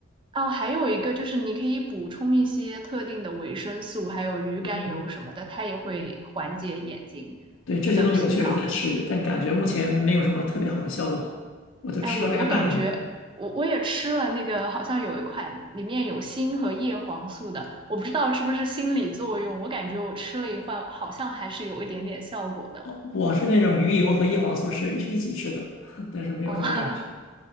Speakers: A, on the right (about 25°); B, on the left (about 60°).
A: 啊，还有一个就是你可以补充一些特定的维生素，还有鱼肝油什么的，
B: 嗯，
A: 它也会缓解眼睛
B: 对，这些东西我确实在吃，
A: 的疲劳。
B: 但感觉目前没有什么特别好的效果，我都吃了大概半年了。
A: 哎，我我感觉我我也吃了那个，好像有一款里面有锌和叶黄素的，我不知道是不是心理作用，我感觉我吃了一会儿，好像还是有一点点效果的。
B: 哦，我是那种鱼油和叶黄素是是一起吃的，<laughs> 但是没有什么感觉。
A: 哦，<laughs>